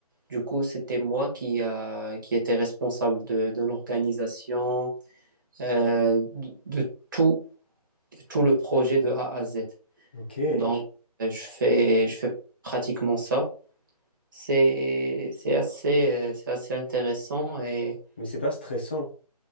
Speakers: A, on the right (about 30°); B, on the left (about 15°).
A: Du coup, c'était moi qui, euh, qui était responsable de, de l'organisation, euh, de, de tout, de tout le projet de A à Z.
B: Ok, mais
A: Donc, euh, je fais, je fais pratiquement ça. C'est, c'est assez, euh, c'est assez intéressant et
B: c'est pas stressant.